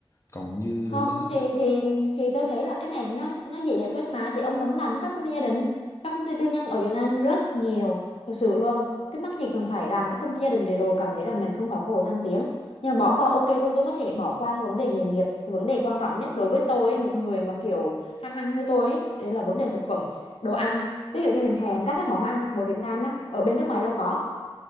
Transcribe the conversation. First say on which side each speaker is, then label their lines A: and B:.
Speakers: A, on the left; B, on the left.
A: còn như
B: không
A: bên nước
B: thì thì thì tôi thấy là cái này nó nó dễ giải quyết mà thì ông đừng có làm cho các công ty gia đình các công ty tư nhân ở Việt Nam rất nhiều thực sự luôn cái mắc gì cần phải làm các công ty gia đình để rồi cảm thấy là mình không có cơ hội thăng tiến nhưng mà bỏ qua ok con tôi có thể bỏ qua cái vấn đề nghề nghiệp cái vấn đề quan trọng nhất đối với tôi một người mà kiểu ham ăn như tôi ấy, đấy là vấn đề thực phẩm đồ ăn ví dụ như mình thèm các cái món ăn của Việt Nam á ở bên nước ngoài đâu có